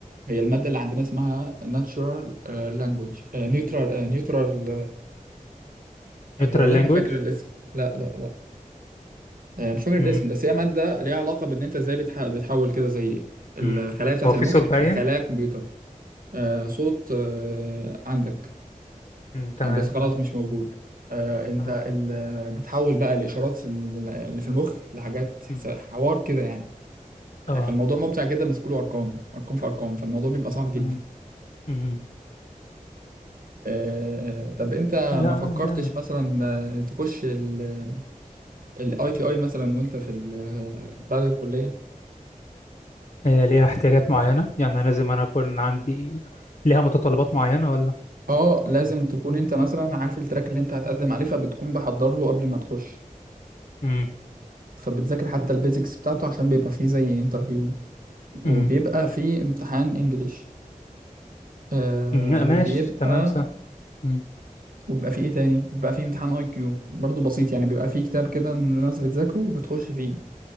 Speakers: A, on the right; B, on the left.
A: هي الماده اللي عندنا اسمها natural آه، language نيوترال نيوترال
B: نيوترال
A: أنا والله
B: لانجويج
A: ما فاكر الاسم لا لا لا آه، مش فاكر الاسم
B: امم
A: بس هي مادة ليها علاقة بإن أنت إزاي بتح... بتحول كده زي الخلايا
B: أمم.
A: بتاعة
B: هو
A: المخ
B: في صوت باين؟
A: لخلايا كمبيوتر آه صوت آه عندك
B: أمم، تمام
A: آه بس خلاص
B: تمام
A: مش موجود آه أنت
B: تمام
A: ال... آه، بتحول بقى الإشارات ال- اللي في المخ لحاجات حس-
B: أمم.
A: حوار كده يعني
B: اه
A: آه، فالموضوع ممتع جدا بس كله أرقام أرقام في أرقام فالموضوع بيبقى صعب جدا
B: أمم. أمم.
A: آه طب أنت
B: لا
A: ما فكرتش
B: جامد
A: مثلا آه، تخش ال... الاي تي اي مثلا وانت في ال- آه، بعد الكليه
B: هي ليها احتياجات معينة يعني أنا لازم أنا أكون عندي ليها متطلبات معينة ولا
A: اه لازم تكون انت مثلا عارف التراك اللي انت هتقدم عليه فبتكون بحضر له قبل ما تخش
B: امم
A: فبتذاكر حتى البيزكس بتاعته عشان بيبقى فيه زي انترفيو وبيبقى
B: امم
A: فيه امتحان انجليش آه
B: أمم، لا،
A: وبيبقى
B: ماشي تمام صح امم
A: وبيبقى فيه ايه تاني بيبقى فيه امتحان اي كيو برضه بسيط يعني بيبقى فيه كتاب كده إن الناس بتذاكره وبتخش فيه